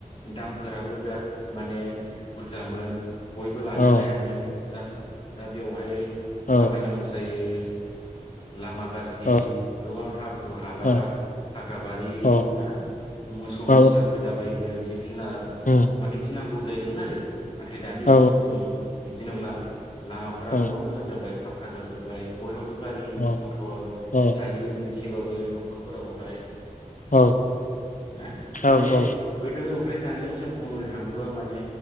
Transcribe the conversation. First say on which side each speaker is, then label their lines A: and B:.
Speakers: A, on the left; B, on the left.
A: दामफोराबो बिराद माने बुरजामोन। बयबो लानो
B: औ
A: हायामोन दा बे दा बेवहाय
B: औ
A: थाबायनांगौ जायो लामा गाज्रि
B: औ
A: गोबां हाब्रु हाला,
B: औ
A: हाग्रा बारि
B: औ
A: ना मोसौ,
B: औ
A: मोसा फैला बायगोन जिब जुनार
B: उम
A: माने गिनांगौ जायोमोन आरो, नाथाय दानि
B: औ
A: जुगाव जों बिदि नंला लामाफोरा
B: औ
A: गोबां मोजां जाबाय फाखा जाजोब्बाय बयहाबो गारि
B: औ
A: मथर
B: औ
A: थायो मोनसेबाबो न'खर फोरावहाय
B: औ
A: ना
B: औ
A: माने
B: औ
A: गोदो ओमफ्राय दानियाव जों बुंनो थाङोब्ला माने